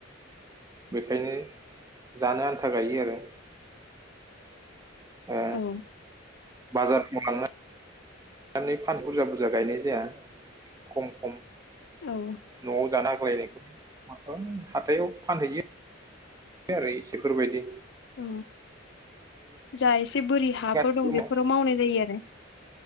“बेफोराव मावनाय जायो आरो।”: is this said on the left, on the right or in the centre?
Left